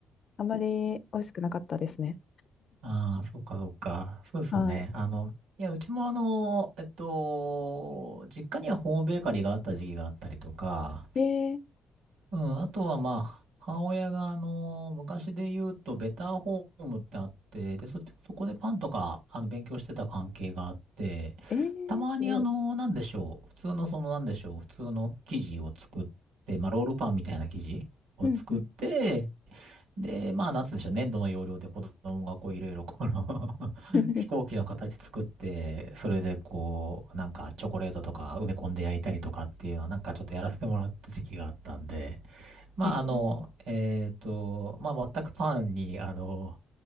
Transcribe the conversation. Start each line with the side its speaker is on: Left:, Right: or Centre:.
Left: あまり美味しくなかったですね。
Right: あ、ああ、そっかそっか。そうですね。
Left: は
Right: あの、いや、うちもあの、えっと、実家にはホームベーカリーがあった時期があったりとか、
Left: い。えー、
Right: うん、あとはまあ、母親があの、昔で言うと、ベターホームってあって、で、そっち、そこでパンとか、あの、勉強してた関係があって、
Left: えー、
Right: たまにあの、
Left: すごい。
Right: なんでしょう、普通のその、なんでしょう、普通の生地を作って、まあ、ロールパンみたいな生地を作って、
Left: うんうん。
Right: で、まあ、なんつうんでしょうね、粘土の要領で子供がこう、いろいろこの <laughs>
Left: <laughs>
Right: 飛行機の形作って、それでこう、なんかチョコレートとか埋め込んで焼いたりとかっていうのをなんかちょっとやらせてもらった時期があったんで、まあ、
Left: えー、
Right: あの、えっと、まあ、全くパンに、あの、